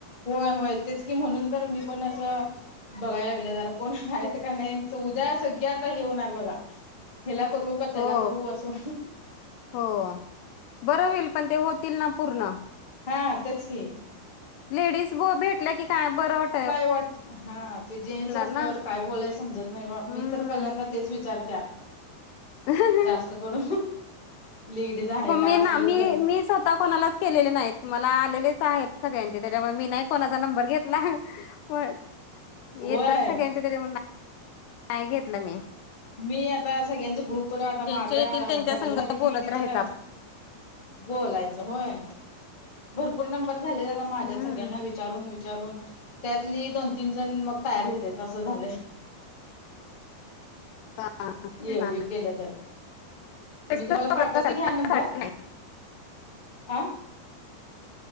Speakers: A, on the left (about 20°); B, on the left (about 80°).
A: होय होय तेच की म्हणून तर मी पण असं. बघायला लागले जरा कोण आहेत का नाही उद्या सगळी आता हे होणार बघा. ह्याला करू का त्याला
B: हो
A: करू असं.
B: हो. बरं होईल. पण ते होतील ना पूर्ण....
A: हा तेच की....
B: लेडीज व भेटल्या की काय बरं वाट....
A: काय वाट हा ते जेंट्स असल्यावर
B: ना
A: काय बोलायला समजत नाही बा मी
B: हम्म
A: तर. पहिल्यांदा तेच विचारत्या....
B: ह हं....
A: जास्त कर लेडीज आहे का
B: मी
A: असल
B: ना मी
A: तरच...
B: मी स्वतः कोणालाच केलेले नाहीत मला आलेलेच आहेत सगळ्यांचे त्याच्यामुळे मी नायक.... कोणाचा नंबर घेतला. होयं
A: होय
B: येतात सगळ्याची पण..... नाही घेतलं मी....
A: मी आता सगळ्यांच ग्रुप आता
B: ज्यांचे
A: माझ्या
B: येतील त्यांच्या
A: मोबाईलमध्ये
B: संग
A: किती
B: बोलत राहायचं
A: तर..... बोलायचं होयं. भरपूर नंबर झालेले आता माझ्या
B: हम्म
A: सगळ्यांना विचारून वि..... चारून त्यातली दोन तीन जण मग तयार होतेत असं झालंय.....
B: हा, तेच
A: एवढी
B: ना
A: केलं तर....
B: ड्रेसच
A: मी तुम्हाला
B: वापरत
A: पाठवते
B: असाल
A: घ्या
B: ना
A: नंबर.
B: साडी नाही
A: आ....